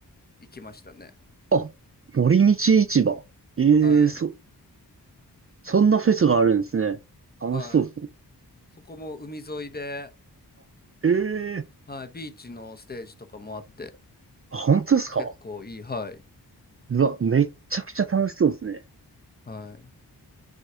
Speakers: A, on the left; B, on the right.
A: 行きましたね。
B: あ、森道市場。ええそ、
A: はい。
B: そんなフェスがあるんですね。楽しそうですね。
A: はい。そこも海沿いで、
B: あ、ええ
A: はい、ビーチのステージとかもあって、
B: あ、本当ですか
A: 結構いい、はい。
B: うわ、めっちゃくちゃ楽しそうですね。
A: はい。